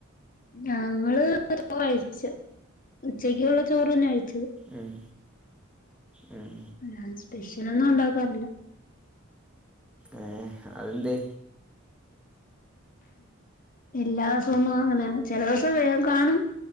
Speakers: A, on the left (about 40°); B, in the centre.
A: ഞങ്ങള് ചോറ് കഴിച്ചോ ഉച്ചക്കുള്ള ചോറ് തന്നെ കഴിച്ചത്
B: ഉം ഉം
A: അ സ്പെഷ്യൽ ഒന്നും ഉണ്ടാക്കാറില്ല
B: ഏ അത് <inaudible> എന്തെ
A: എല്ലാ ദിവസം ഒന്നും അങ്ങനെ ആണ് ചില ദിവസം കാണും